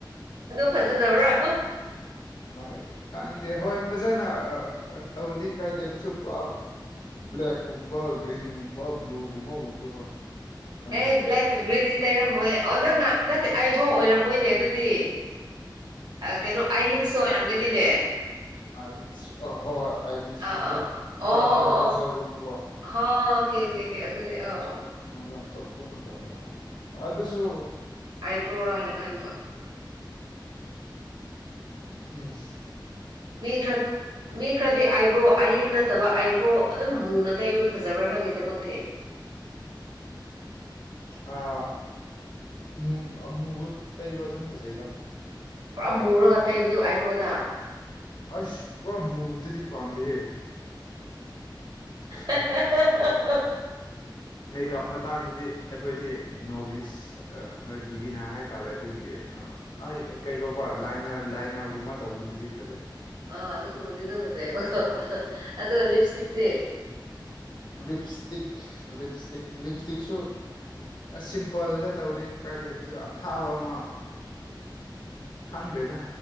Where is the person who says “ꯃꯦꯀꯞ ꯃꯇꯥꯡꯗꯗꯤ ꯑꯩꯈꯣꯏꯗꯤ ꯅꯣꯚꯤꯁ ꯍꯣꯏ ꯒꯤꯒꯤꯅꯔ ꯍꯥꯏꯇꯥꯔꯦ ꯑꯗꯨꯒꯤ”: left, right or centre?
Left